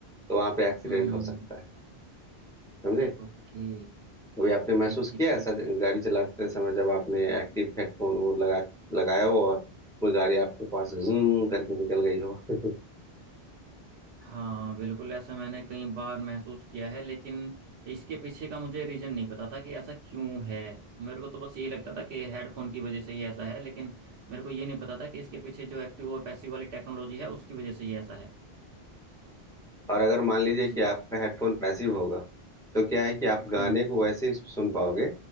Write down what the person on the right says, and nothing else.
हम्म
हम्म।
ओके
ठीक ठीक
ठीक
हाँ बिल्कुल ऐसा मैंने कई बार महसूस किया है लेकिन इसके पीछे का मुझे रीजन नहीं पता था कि ऐसा क्यों है मेरे को तो बस यही लगता था कि हेडफोन की वजह से ही ऐसा है लेकिन मेरे को ये नहीं पता था कि इसके पीछे जो एक्टिव और पैसिव वाली टेक्नोलॉजी है उसकी वजह से ही ऐसा है
जी
हम्म